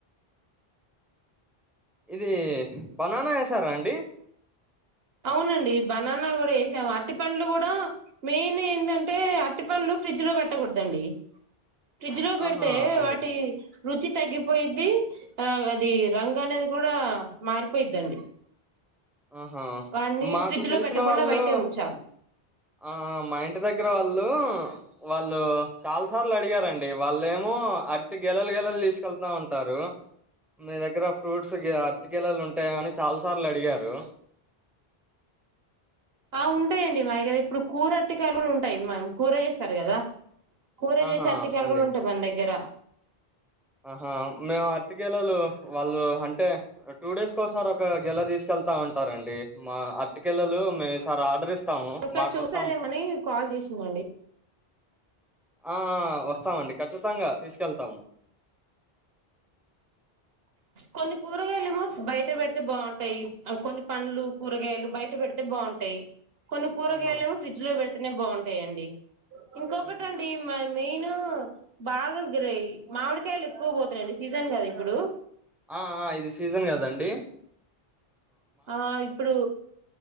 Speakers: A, in the centre; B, on the right.
A: ఇది బనానా వేసారా అండి.
B: అవునండి బనానా కూడా వేసాము. అరటిపండ్లు కూడా మెయిన్ ఏంటంటే అరటిపండ్లు ఫ్రిడ్జ్ లో పెట్టకూడదండి. ఫ్రిడ్జ్ లో పెడితే
A: ఆహా అండి
B: వాటి రుచి తగ్గిపోయిద్ది ఆ అది రంగు అనేది కూడా మారిపోయిద్దండి.
A: ఆహా
B: వాన్ని
A: మాకు
B: ఫ్రిడ్జ్
A: తెలిసిన
B: లో పెట్టకుండా
A: వాళ్ళు
B: బయటే ఉంచాలి
A: ఆ మా ఇంటి దగ్గర వాళ్ళు హ్ వాళ్ళు చాలా సార్లు అడిగారండి. వాళ్ళేమో అరటి గెలలు గెలలు తీసుకెళ్తా ఉంటారు. మీ దగ్గర ఫ్రూట్స్ గె అరటి గెలలు ఉంటాయ అని చాలా సార్లు అడిగారు. హలో
B: ఆ ఉంటాయండి మా దగ్గర. ఇప్పుడు కూర అరటికాయలు ఉంటాయి మ కూర చేేస్తారు కదా. కూర
A: ఆహా
B: చేసే అర్టికాయలు
A: అండి
B: కూడ ఉంటాయి మన దగ్గర.
A: ఆహా మేము అరటి గెలలు వాళ్ళు అంటే టూ డేస్ కోసారి ఒక గెల తీసుకెళ్తా ఉంటారండి. మా అరటి గెలలు మేము ఈసారి ఆర్డర్ ఇస్ స్తాము,
B: ఒకసారి
A: మా
B: చూసారేమని
A: కోసం
B: కాల్ చేసిందండి
A: ఆ వస్తామండి. ఖచ్చితంగా తీసుకెళ్తాము.
B: కొన్ని కూరగాయలు ఏమో బయట పెడితే బాగుంటాయి కొన్ని పండ్లు కూరగాయలు బయట పెడితే బాగుంటాయి కొను కూరగా
A: ఆహా
B: ఎళ్ ఫ్రిజ లో వెళ్తతే అక్కనే బాగుంటాయిడి ఇంకొకటండి
A: హుహు.
B: మ మీ నేను బాగార మామిడికాయలు ఎక్కువ పోతున్నాండి సీజన్ కద ఇప్పుడు
A: ఆ ఇది సీజన్ కదాండి
B: ఆ ఇప్పుడు